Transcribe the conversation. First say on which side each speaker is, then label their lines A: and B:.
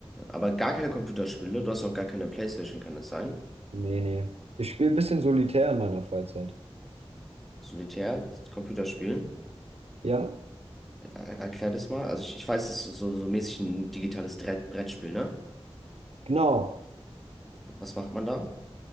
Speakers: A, in the centre; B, on the right.
A: aber gar keine Computerspiele. Du hast auch gar keine PlayStation, kann das sein?
B: Nee, nee. Ich spiele ein bisschen solitär in meiner Freizeit.
A: Solitär, Computerspiel.
B: Ja,
A: Er erklär das mal. Also ich, ich weiß, es ist so, so mäßig ein digitales Dre- Brettspiel, ne?
B: genau.
A: Was macht man da?